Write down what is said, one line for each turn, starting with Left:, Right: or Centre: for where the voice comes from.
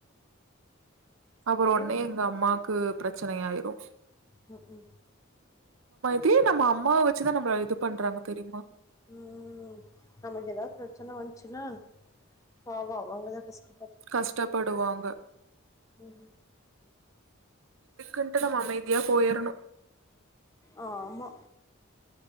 Left: சரி.
Right: அப்புறோ உடனே எங்க அம்மா க்கு பிரச்சனையாயிரு
Left: ம்கு
Right: தீ நம்ம அம்மாவ்வச்சுதா நம்ள இது பண்றாங்க தெரியுமா
Left: உம் நமக்கெதாது பிரச்சன வந்ச்சுனா பாவொ அவங்கதா கஷ்ட்
Right: கஷ்டப்படுவாங்க
Left: ம்.
Right: இதுக்குன்ட்டு நம்ம அமைதியா போயரணு
Left: ஆஹ் ஆமா